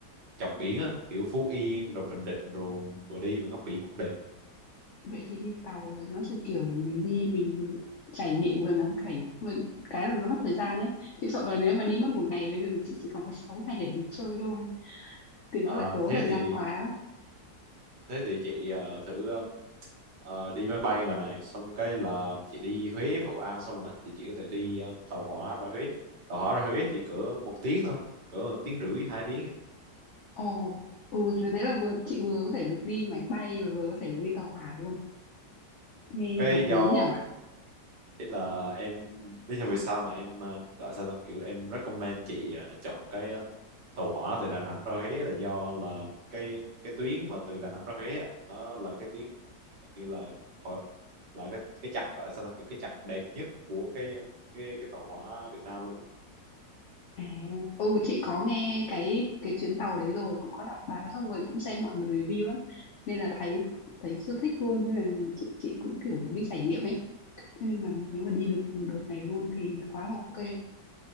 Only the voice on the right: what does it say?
chọc biển á kiểu Phú Yên rồi Bình Định rồi vừa đi vừa ngắm biển cũng đẹp
à,
thế
thì
thế thì chị ờ, thử ờ, ờ, đi máy bay ngoài này xong cái là chị đi Huế với Hội An xong rồi đó thì chị có thể đi ờ, tàu hỏa ra Huế tàu hỏa ra Huế thì cỡ một tiếng thôi cỡ một tiếng rưỡi hai tiếng
cái
do
cái là em lý do vì sao mà em ờ, gọi sao đó kiểu em recommend chị ờ, chọn cái à, tàu hỏa từ Đà Nẵng ra Huế là do là cái cái tuyến mà từ Đà Nẵng ra Huế á, nó là cái tuyến như là hồi- là cái cái chặng gọi là sao ta kiểu cái chặng đẹp nhất của cái cái cái tàu hỏa Việt Nam luôn á.